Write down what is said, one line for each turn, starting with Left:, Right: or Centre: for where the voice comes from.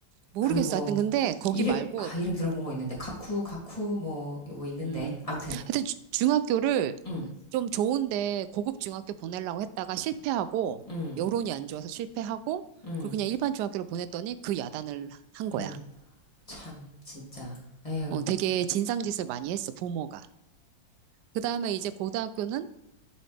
Right: 모르겠어.
Left: 그 뭐
Right: 하여튼 근데 거기
Left: 이름
Right: 말고,
Left: 아 이름 들어본
Right: 음,
Left: 거 있는데 가쿠 가쿠 뭐 뭐 있는데
Right: 음.
Left: 암튼
Right: 하여튼 주- 중학교를
Left: 음
Right: 좀 좋은데 고급 중학교 보내려고 했다가 실패하고,
Left: 음
Right: 여론이 안 좋아서 실패하고,
Left: 음
Right: 그리고 그냥 일반 중학교로 보냈더니 그 야단을 한 거야.
Left: 음 참 진짜 에휴
Right: 어, 되게 진상짓을 많이 했어, 부모가. 그 다음에 이제 고등학교는